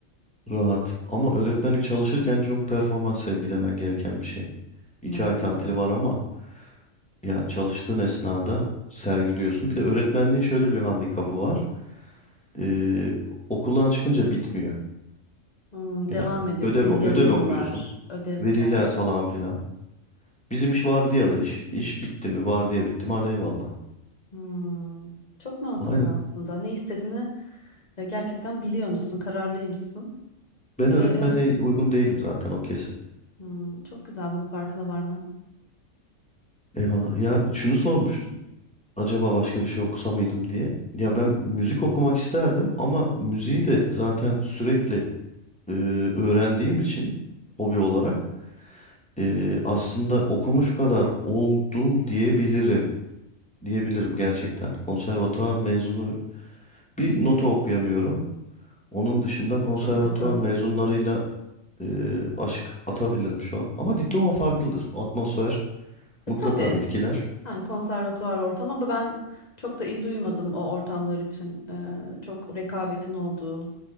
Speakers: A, in the centre; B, on the left (about 30°).
A: Rahat. Ama öğretmenlik çalışırken çok performans sergilemen gereken bir şey. İki
B: Hmm.
A: ay tatili var ama yani çalıştığın esnada sergiliyorsun. Bir de öğretmenliğin şöyle bir handikapı var. Ee, okuldan çıkınca bitmiyor.
B: Hmm,
A: Yani
B: devam ediyor
A: ödev
B: değil mi? Yazılılar,
A: ödev okuyorsun.
B: ödevler.
A: Veliler falan filan. Bizim iş vardiyalı iş. İş bitti mi? Vardiya bitti mi? Hadi eyvallah.
B: Hmm. Çok mantıklı
A: Aynen.
B: aslında. Ne istediğini e, gerçekten biliyormuşsun, kararlıymışsın
A: Ben
B: ve
A: öğretmene uygun değilim zaten o kesin.
B: <laughs> Hmm, çok güzel bunu farkına varman.
A: Eyvallah. Ya şunu sormuştun. Acaba başka bir şey okusa mıydım diye. Ya ben müzik okumak isterdim ama müziği de zaten sürekli e, öğrendiğim için hobi olarak e, aslında okumuş kadar oldum diyebilirim. Diyebilirim gerçekten. Konservatuvar mezunu bir nota okuyamıyorum. Onun dışında konservatuvar
B: Çok güzel.
A: mezunlarıyla e, aşık atabilirim şu an. Ama diploma farklıdır. Atmosfer mutlaka
B: E tabii
A: etkiler.
B: Yani konservatuvar ortam ama ben çok da iyi duymadım o ortamlar için. Ee, çok rekabetin olduğu,